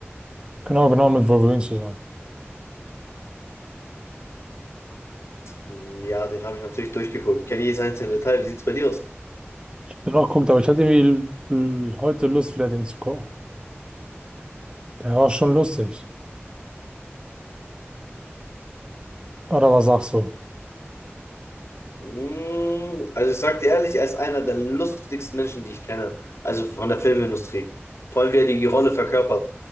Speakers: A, on the right (about 20°); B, on the left (about 80°).
A: Genau, genau, mit Wolverine zusammen.
B: Hm, Ja, den habe ich natürlich durchgeguckt. Ich kenne jedes einzelne Detail. Wie sieht's bei dir aus?
A: Den noch geguckt, aber ich hatte irgendwie l- l- heute Lust, wieder den zu gucken. Der war schon lustig. Oder was sagst du?
B: Hm, Also ich sag dir ehrlich, er ist einer der lustigsten Menschen, die ich kenne. Also von der Filmindustrie. Vor allem, wie er die Rolle verkörpert.